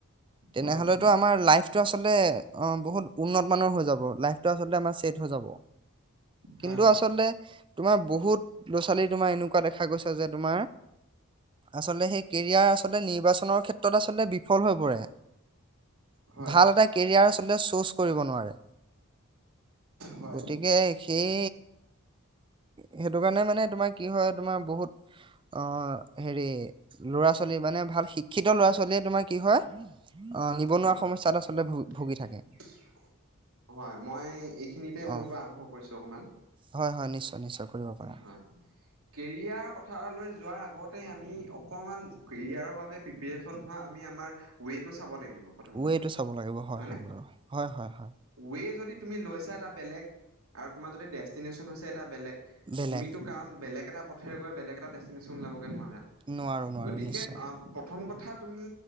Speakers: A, on the right (about 25°); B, on the right (about 85°).
A: তেনেহলেতো
B: হয়
A: আমাৰ লাইফটো, আচলতে বহুত উন্নত মানৰ হৈ যাব, লাইফটো আচলতে আমাৰ ছেট হৈ যাব। কিন্তু
B: হয়
A: আচলতে তোমাৰ বহুত ল'ৰা, ছোৱালী তোমাৰ এনেকুৱা দেখা গৈছে যে, তোমাৰ আচলতে, সেই কেৰিয়াৰ আচলতে নিৰ্বাচনৰ ক্ষেত্ৰত ত, আচলতে বিফল হৈ পৰে।
B: হয়
A: ভাল,
B: হয়
A: এটা কেৰিয়াৰ তে, চুজ কৰিব নোৱাৰে।
B: হয়
A: গতিকে, সেই সেইটো কাৰণে মানে, তোমাৰ কি হয়, তোমাৰ বহুত আহ, হেৰি, লৰা ছোৱালী মানে ভাল শিক্ষিত ল'ৰা চলেই তোমাৰ কি হয় অ নিবনুৱা
B: হয়
A: সমস্যাত আচলতে ভু ভুগি থাকে
B: মই এইখিনিতে মোৰতো
A: অ
B: আৰম্ভ কৰিছো অকমান
A: হয় হয় নিশ্চয় নিশ্চয় কৰিব পাৰা
B: হয় কেৰিয়াৰ কথা যোৱাৰ আগতে আমি অকমান কেৰিয়াৰৰ বাবে প্ৰিপৰেচন হোৱা আমি আমাৰ ৱেটো চাব লাগিব প্ৰথম কথা
A: ৱটো চাব লাগিব হয়
B: হয়নে
A: হয় বাৰু হয় হয়
B: ৱে যদি তুমি লৈছা এটা বেলেগ আৰু তুমাৰ যদি ডেষ্টিনেশচন হৈছে এটা বেলেগ
A: বেলেগ
B: তুমিতো কাৰণ বেলেগ একটা পথে গৈ বেগ এটা ডেষ্টিশ্যন লাবগৈোৱাৰা
A: নোৱাৰো নোৱাৰো
B: গতিকে
A: নিশ্চয়
B: অ প্ৰ প্ৰথম কথা তুমি